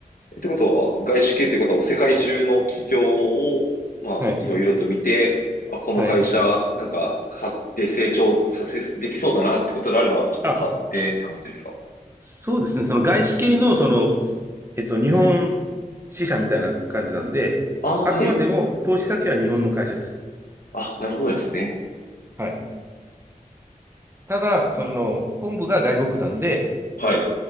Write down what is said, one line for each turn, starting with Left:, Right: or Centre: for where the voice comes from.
Left: てことは、外資系ということはもう世界中の企業を、まあ、
Right: はい。
Left: いろいろと見て、あ、この会社、
Right: はい。
Left: なんか、買って成長させ、できそうだなってことであれば、ちょっと買ってって感じですか。
Right: あそうですね。その外資系のそのえっと、日本支社みたいな感じなんで、
Left: ああー、
Right: あくまでも投資先は日本の会社です。
Left: はい。あ、なるほどですね。
Right: はい。ただ、その本部が外国なんで、
Left: はい。